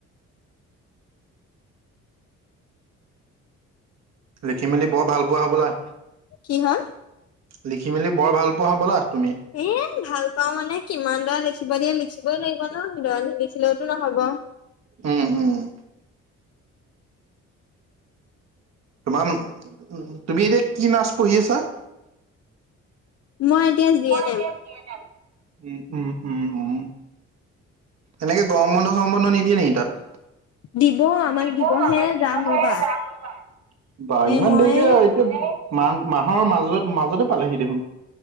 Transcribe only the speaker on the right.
লিখি মেলি বৰ ভাল পোৱা হ'বলা?
লিখি মেলি বৰ ভাল পোৱা হ'বলা তুমি?
উম', - হুম', তোমাৰ উম', উম', -উম', তুমি এতিয়া কি নাৰ্ছ পঢ়ি আছা?
মই
এতিয়া জি এ নেম, উম', - উম', - উম', -উম', এনেকে গৰম বন্ধ চৰম বন্ধ নিদিয়ে নেকি তাত?
দিব,
আমাক দিব
হে,
যাম ৰবা, বা,
ইমান
দেৰিকে এতিয়া', মান', - মাহৰ মাজত', - মাজতে', পালেহি দেখোন',